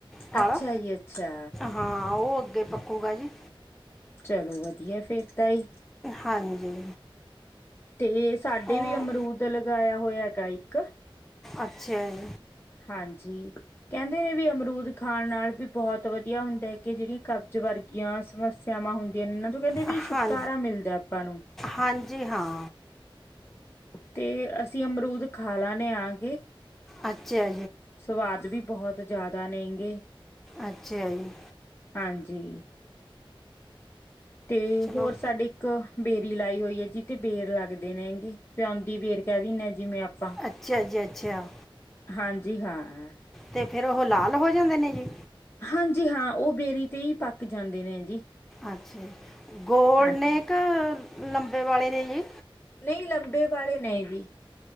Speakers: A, in the centre; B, on the left (about 25°).
A: ਫਲ
B: ਅੱਛਾ ਜੀ ਅੱਛਾ
A: ਹਾਂ ਉਹ ਅੱਗੇ ਪੱਕੂਗਾ ਜੀ
B: ਚਲੋ ਵਧੀਆ ਫੇਰ ਤਾ ਜੀ।
A: ਹਾਂਜੀ
B: ਤੇ ਸਾਡੇ
A: ਉਹ
B: ਵੀ ਅਮਰੂਦ ਲਗਾਇਆ ਹੋਇਆ ਹੈਗਾ ਇੱਕ
A: ਅੱਛਾ ਜੀ
B: ਹਾਂਜੀ ਕਹਿੰਦੇ ਨੇ ਵੀ ਅਮਰੂਦ ਖਾਣ ਨਾਲ ਵੀ ਬਹੁਤ ਵਧੀਆ ਹੁੰਦਾ ਕਿ ਜਿਹੜੀਆਂ ਕਬਜ਼ ਵਰਗੀਆਂ ਸਮੱਸਿਆਵਾਂ ਹੁੰਦੀਆਂ ਨੇ। ਇਹਨਾਂ ਤੋਂ ਕਹਿੰਦੇ ਵੀ
A: ਹਾਂ
B: ਛੁਟਕਾਰਾ ਮਿਲਦਾ ਆਪਾਂ ਨੂੰ।
A: ਹਾਂਜੀ ਹਾਂ
B: ਤੇ ਅਸੀਂ ਅਮਰੂਦ ਖਾਲਾ ਨੇ ਆ ਕੇ
A: ਅੱਛਾ ਅੱਛਾ
B: ਸਵਾਦ ਵੀ ਬਹੁਤ ਜ਼ਿਆਦਾ ਨੇਗੇ।
A: ਅੱਛਾ ਜੀ
B: ਹਾਂਜੀ ਤੇ
A: ਚਲੋ
B: ਹੋਰ ਸਾਡੇ ਇੱਕ ਬੇਰੀ ਲਾਈ ਹੋਈ ਹੈ ਜਿਥ ਬੇਰ ਲੱਗਦੇ ਨੇ ਹੈਗੇ। ਪਿਉਂਦੀ ਵੇਰ ਕਹਿ ਦਿੰਦੇ ਹ ਜਿਵੇਂ ਆਪਾਂ।
A: ਅੱਛਾ ਜੀ ਅੱਛਾ
B: ਹਾਂਜੀ ਹਾਂ।
A: ਤੇ ਫਿਰ ਉਹ ਲਾਲ ਹੋ ਜਾਂਦੇ ਨੇ ਜੀ।
B: ਹਾਂਜੀ ਹਾਂ, ਉਹ ਬੇਰੀ ਤੇ ਹੀ ਪੱਕ ਜਾਂਦੇ ਨੇ ਜੀ।
A: ਅੱਛਾ ਜੀ, ਗੋਲ
B: ਹਾਂਜੀ
A: ਨੇ ਕਿ ਲੰਬੇ ਵਾਲੇ ਨੇ ਜੀ
B: ਨਹੀਂ ਲੰਬੇ ਵਾਲੇ ਨੇ ਜੀ।